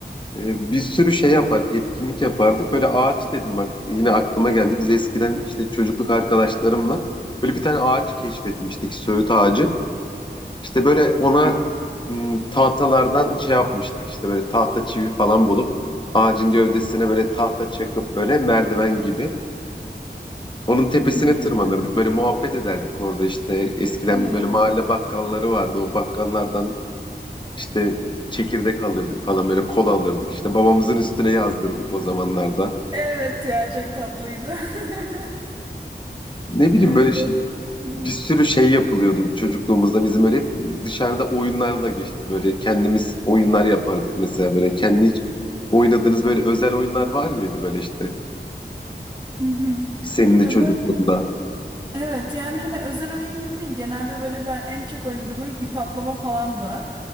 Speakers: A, on the left; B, on the right.
A: E, bir sürü şey yapardık, etkinlik yapardık. Böyle ağaç dedim bak yine aklıma geldi. Biz eskiden işte çocukluk arkadaşlarımla böyle bir tane ağaç keşfetmiştik, söğüt ağacı. İşte böyle ona
B: Hı hı,
A: m, tahtalardan şey yapmıştık işte böyle tahta çivi falan bulup ağacın gövdesine böyle tahta çakıp böyle merdiven gibi. Onun tepesine
B: hı hı.
A: tırmanırdık. Böyle muhabbet ederdik orada işte. Eskiden
B: Ya.
A: böyle mahalle bakkalları vardı. O bakkallardan işte çekirdek alırdık falan böyle kola alırdık. İşte babamızın üstüne yazdırdık o zamanlarda.
B: Evet ya çok tatlıydı. <laughs>
A: Ne bileyim
B: Evet
A: böyle şey,
B: böyle. Hı
A: bir
B: hı.
A: sürü şey yapılıyordu çocukluğumuzda. Bizim öyle hep dışarıda oyunlarla geçti. Böyle kendimiz oyunlar yapardık mesela böyle. Kendi hiç oynadığınız böyle özel oyunlar var mıydı böyle işte?
B: Hı hı.
A: Senin
B: Ya
A: de çocukluğunda.
B: böyle Evet yani hani özel oyun gibi değil. Genelde böyle ben en çok oynadığım oyun ip atlama falandı.